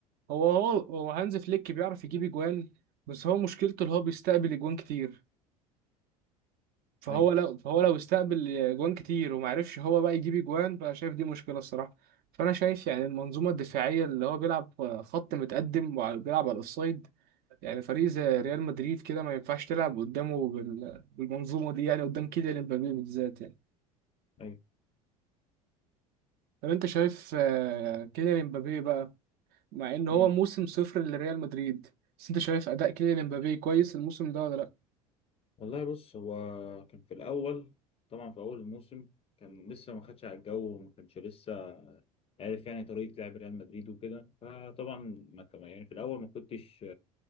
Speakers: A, on the right; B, on the left.
A: هو هو هو هانز فليك بيعرف يجيب اجوان بس هو مشكلته اللي هو بيستقبل اجوان كتير فهو
B: أيوه
A: لو فهو لو استقبل اجوان كتير وما عرفش هو بقى يجيب اجوان فانا شايف دي مشكله الصراحه فانا شايف يعني المنظومه الدفاعيه اللي هو بيلعب خط متقدم وبيلعب على الاوفسايد يعني فريق زي ريال مدريد كده ما ينفعش تلعب قدامه بال- بالمنظومة دي يعني قدام كيليان امبابي بالذات يعني
B: أيوه
A: طب انت شايف آه، كيليان امبابي بقى مع ان هو
B: امم
A: موسم صفر لريال مدريد بس انت شايف اداء كيليان امبابي كويس الموسم ده ولا لا
B: والله بص هو كان في الأول طبعا في أول الموسم كان لسه ما خدش على الجو وما كانش لسه عارف يعني طريقة لعب ريال مدريد وكده فطبعا ما كان يعني في الأول ما كنتش